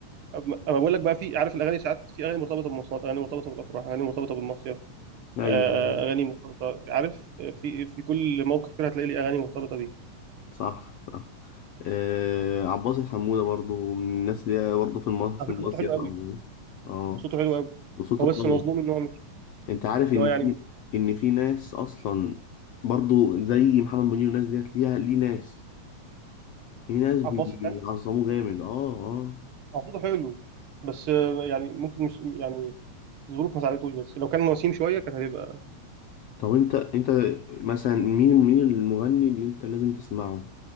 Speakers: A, on the right (about 60°); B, on the left (about 70°).
A: اما أما بقول لك بقى في عارف الاغاني ساعات في اغاني مرتبطه بالمواصلات اغاني مرتبطه بالافراح اغاني مرتبطه بالمصيف
B: ايوه
A: آه، اغاني مرتبطه عارف في في كل موقف كده هتلاقي لي اغاني مرتبطه بيه
B: صح صح آه عباس الحمودة برضو من الناس دي برضو في المصيف
A: على
B: في المصيف
A: فكره صوته حلو قوي
B: او اه
A: صوته حلو قوي
B: وصوته
A: هو بس
B: قوي
A: مظلوم ان هو مش
B: انت عارف
A: ان
B: ان
A: هو يعني
B: في
A: مش
B: ان في ناس اصلا برضو زي محمد منير والناس ديت ليها ليه ناس ليه ناس بيعظموه
A: عباس يعني
B: جامد اه اه
A: هو صوته حلو بس آه، يعني ممكن مش يعني الظروف ما ساعدتوش بس لو كان وسيم شويه كانت هتبقى
B: طب انت انت مثلا مين مين المغني اللي انت لازم تسمعه